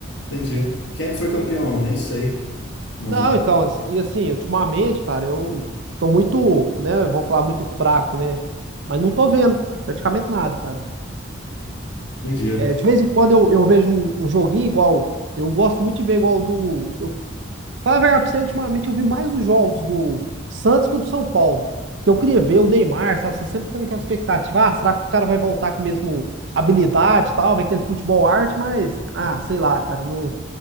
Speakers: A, on the left; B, on the right.
A: Entendi. Quem é que foi campeão? Nem sei. Nas
B: Não, então, e assim, ultimamente, cara, eu tô muito, né, vamos falar, muito fraco, né? Mas não tô vendo praticamente nada, cara.
A: Um dia.
B: É, de vez em quando eu, eu vejo um, um joguinho igual, eu gosto muito de ver igual do, eu Falar a verdade pra você, ultimamente eu vi mais os jogos do Santos que o do São Paulo. Que eu queria ver o Neymar, sabe? Você sempre tem aquela expectativa, ah, será que o cara vai voltar com a mesma habilidade e tal, ver aquele futebol arte, mas, ah, sei lá, cara, eu não,